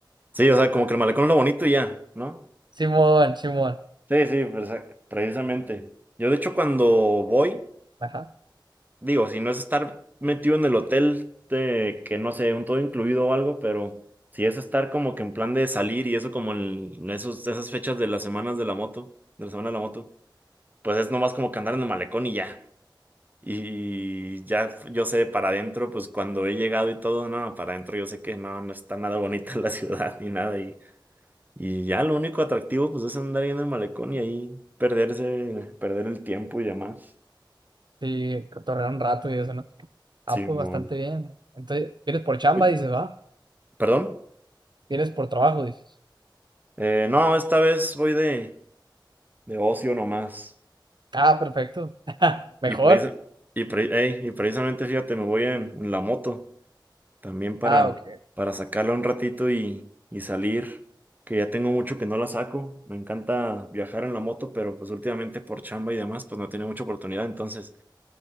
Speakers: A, on the right; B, on the right.
A: Sí, o sea, como que el malecón es lo bonito y ya, ¿no?
B: Simón, Simón.
A: Sí, sí, presa- precisamente. Yo de hecho cuando voy,
B: Ajá.
A: digo, si no es estar metido en el hotel de que no sé, un todo incluido o algo, pero si es estar como que en plan de salir y eso como en en esos, esas fechas de las semanas de la moto, de la semana de la moto, pues es nomás como que andar en el malecón y ya. Y ya yo sé para adentro, pues cuando he llegado y todo, no, para adentro yo sé que no, no está nada bonita <laughs> la ciudad ni nada Y ya lo único atractivo pues es andar ahí en el malecón y ahí perderse, perder el tiempo y demás.
B: Sí, cotorrear un rato y eso, ¿no? Ah,
A: Simón.
B: pues bastante bien. Entonces, vienes por chamba,
A: Uy,
B: dices, va.
A: ¿Perdón?
B: Vienes por trabajo, dices.
A: Eh, no, esta vez voy de, de ocio nomás.
B: Ah, perfecto. Mejor.
A: Y, precis- y, pre- ey, y precisamente, fíjate, me voy en, en la moto también para,
B: Ah, ok.
A: para sacarla un ratito y, y salir, que ya tengo mucho que no la saco. Me encanta viajar en la moto, pero pues últimamente por chamba y demás, pues no tiene mucha oportunidad. Entonces,